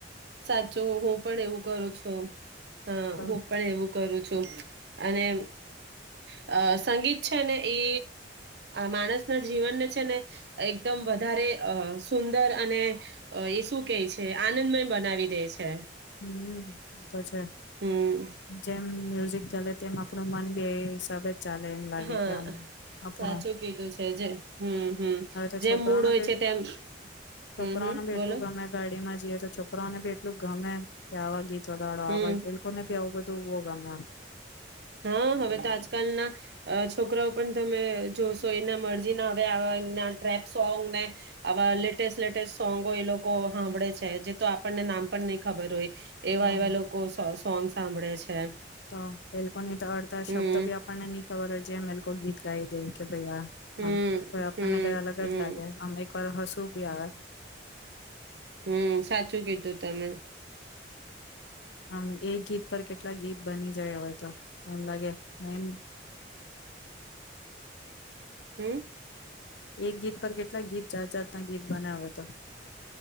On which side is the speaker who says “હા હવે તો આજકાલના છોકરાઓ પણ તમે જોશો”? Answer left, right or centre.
Right